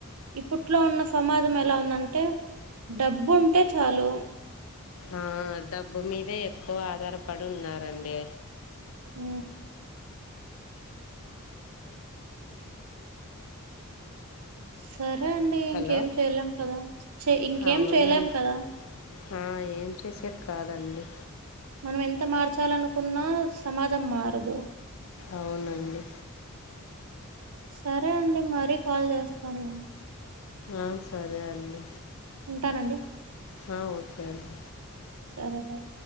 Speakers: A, on the right (about 80°); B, on the left (about 65°).
A: ఇప్పట్లో ఉన్న సమాజం ఎలా ఉందంటే డబ్బు ఉంటే చాలు
B: ఆ డబ్బు మీదే ఎక్కువ ఆధారపడి ఉన్నారండి
A: హ సరే అండి
B: హలో
A: ఇంకేం చెయలేం కదా చే ఇంకేం
B: అవునండి
A: చెయలేం కదా
B: ఆ ఏం చేసేక్ కాదండి
A: మనం ఎంత మార్చాలనుకున్నా సమాజం మారదు
B: అవునండి
A: సరే అండి మరీ కాల్ చేస్తానండి
B: ఆ సరే అండి
A: ఉంటానండి
B: ఆ ఓకే అండి
A: సరే బాయ్